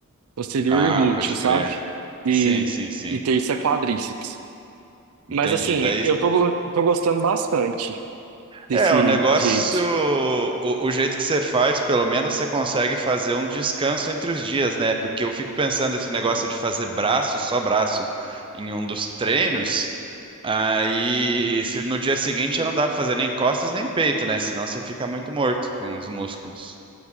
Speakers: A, on the right; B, on the right.
A: Posterior
B: Ah,
A: e glúteo,
B: pode
A: sabe?
B: crer.
A: E,
B: Sim, sim, sim.
A: e terça é quadríceps.
B: Entendi.
A: Mas assim,
B: Daí
A: eu tô, go- tô gostando bastante desse
B: É, o negócio,
A: jeito.
B: o, o jeito que você faz, pelo menos você consegue fazer um descanso entre os dias, né? Porque eu fico pensando esse negócio de fazer braço, só braço, em um dos treinos, aí se no dia seguinte já não dá pra fazer nem costas nem peito, né? Senão você fica muito morto com os músculos.